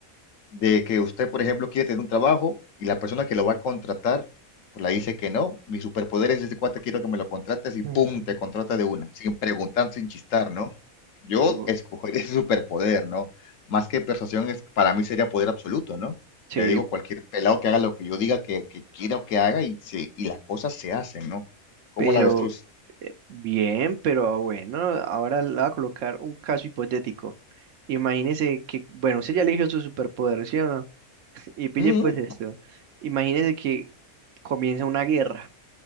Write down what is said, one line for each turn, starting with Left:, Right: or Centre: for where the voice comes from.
Left: de que usted, por ejemplo, quiere tener un trabajo y la persona que lo va a contratar, pues le dice que no, mi superpoder es este cuate, quiero que me lo contrates
Right: <laughs>
Left: y pum, te contrata de una, sin preguntar, sin chistar, ¿no? Yo
Right: Bu-
Left: escogería <laughs> ese superpoder, ¿no? Más que persuasión, es, para mí sería poder absoluto, ¿no?
Right: Sí,
Left: Le digo a cualquier pelado que haga lo que yo diga que, que quiero que haga y, se- y las cosas se hacen, ¿no? Como
Right: pero
Left: la avestruz.
Right: eh, bien, pero ah, bueno, ahora le voy a colocar un caso hipotético. Imagínese que, bueno, usted ya eligió su superpoder, ¿sí o no? <laughs> Y pille
Left: Mm,
Right: pues esto. Imagínese que comienza una guerra.